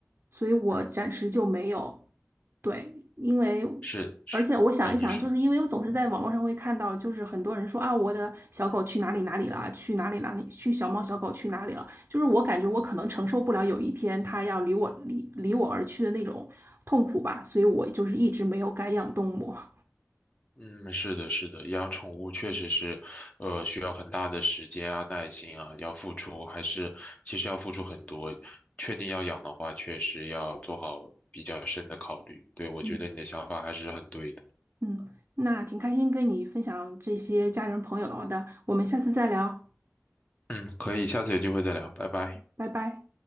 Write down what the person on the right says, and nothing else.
所以我暂时就没有。
对，因为
而且我想一想，
就是因为我总是在网络上会看到，就是很多人说啊，我的小狗去哪里哪里了，去哪里哪里，去小猫小狗去哪里了，就是我感觉我可能承受不了有一天它要离我离离我而去的那种痛苦吧，所以我就是一直没有敢养动物。<laughs>
嗯嗯，那挺开心跟你分享这些家人朋友的，我们下次再聊，
拜拜。